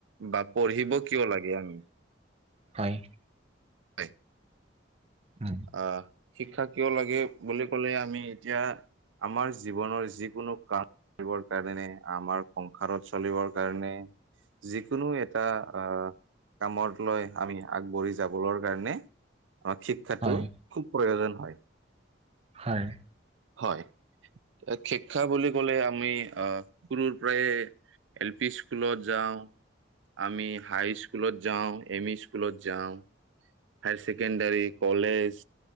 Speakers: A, on the right; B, on the right.
A: বা পঢ়িব কিয় লাগে আমি?
B: হয়
A: হয় <unintelligible>
B: উম,
A: অ শিক্ষা কিয় লাগে বুলি ক'লে আমি এতিয়া আমাৰ জীৱনৰ যিকোনো কাম কৰিবৰ কাৰণে আমাৰ সংসাৰত চলিবৰ কাৰণে যিকোনো এটা আহ কামত লৈ আমি আগবাঢ়ি যাবলৈ কাৰণে আমাক <unintelligible> শিক্ষাটো
B: হয়,
A: খুব প্ৰয়োজন হয়। <unintelligible>
B: হয়,
A: হয় শিক্ষা বুলি ক'লে আমি আহ সৰুৰ পৰাই এ এল পি স্কুলত যাওঁ। আমি হাইস্কুলত যাওঁ, এম ই স্কুলত যাওঁ। হায়াৰ ছেকেণ্ডাৰী কলেজ